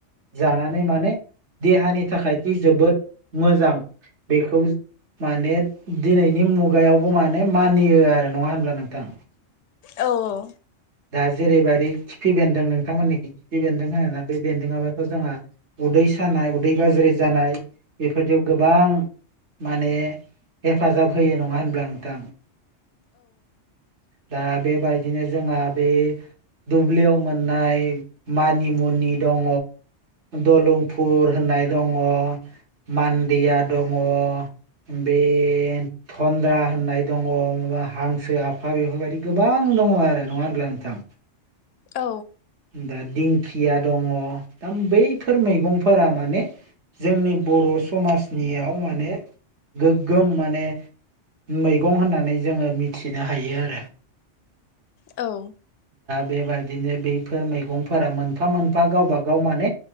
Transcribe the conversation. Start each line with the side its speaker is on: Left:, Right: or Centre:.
Right: जानानै माने देहानि थाखायदि जोबोद मोजां बेखौ माने दिनैनि मुगायावबो माने मानियो आरो नङा होनब्ला नोंथां
Left: औ औ
Right: दा जेरैबायदि खिफि बेन्दों नोंथांमोननिथिं खिफि बेन्दों होनोना बेन्दोंआबथ' जोंहा उदै सानाय उदै गाज्रि जानाय बेफोरदियाव गोबां माने हेफाजाब होयो नङा होनब्ला नोंथां दा बेबायदिनो जोंहा बे दुब्लियाव मोननाय मानिमुनि दङ, दलंफुर होन नाय दङ, मान्दिया दङ, बे थन्द्रा होननाय दङ, माबा हांसो आफा बेफोरबायदि गोबां दङ आरो नङा होनब्ला नोंथां
Left: औ
Right: दा दिंखिया दङ, दा बैफोर मैगंफोरा माने जोंनि बर' समाजनियाव माने गोग्गोम माने मैगं होननानै जोङो मिथिनो हायो आरो।
Left: औ
Right: बेबायदिनो बैफोर मैगंफोरा मोनफा मोनफा गावबा गाव माने